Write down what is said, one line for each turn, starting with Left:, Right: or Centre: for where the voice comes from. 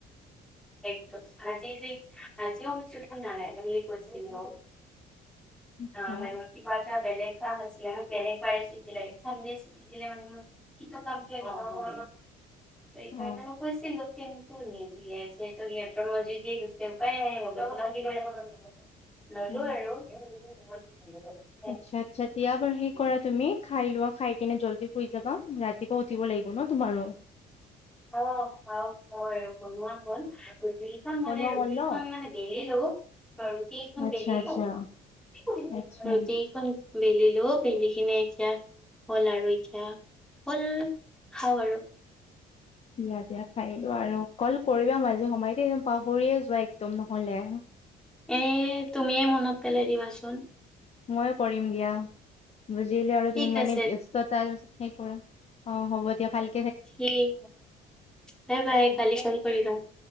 Centre: একদম। আজি যি আজিও <unintelligible> বুলি কৈছিলো।
Left: আচ্ছা
Centre: অ মানে কিবা এটা বেলেগ কাম আছিলে। তেনেকুৱাই <unintelligible> চানডে ছুটী দিলে মানে মোৰ কিটো কামকে <unintelligible> এইকাৰণে
Left: অ
Centre: মই কৈছিলো কিন্তু নিদিয়ে। যিহেতু সিহঁতৰ মৰ্জিদি গৈছে উপায় নাই <unintelligible> ল'লো
Left: উম।
Centre: আৰু। <unintelligible>
Left: আচ্ছা, আচ্ছা। দিয়া বাৰু সেই কৰা তুমি খাই লোৱা, খাই কিনে জল্দি শুই যাবা। ৰাতিপুৱা উঠিব লাগি ব ন তোমাৰো।
Centre: অ খাওঁ মইও বনোৱা হ'ল। দুইখন
Left: বনোৱা
Centre: হ'লে
Left: হ'ল
Centre: দুইখন
Left: ন
Centre: মানে বেলিলো, ৰুটিখন
Left: আচ্ছা
Centre: বেলিলো।
Left: আচ্ছা
Centre: <unintelligible>
Left: আচ্ছা।
Centre: ৰুটি <unintelligible> বেলিলো বেলি কিনে এতিয়া হ'ল আৰু এতিয়া। হ'ল খাওঁ আৰু।
Left: দিয়া, দিয়া খাইলোৱা আৰু কল কৰিবা মাজে সময়ে দেই। পাহৰিয়ে যোৱা একদম নহ'লে।
Centre: এ তুমিয়ে মনত পেলাই দিবাচোন।
Left: ময়ে কৰিম দিয়া। বুজিলো আৰু
Centre: ঠিক
Left: তুমি মানে
Centre: আছে
Left: ব্যস্ততাৰ সেই কৰা অ হ'ব দিয়া। ভাল
Centre: ঠিক, বাই বাই কালি কল কৰিবা।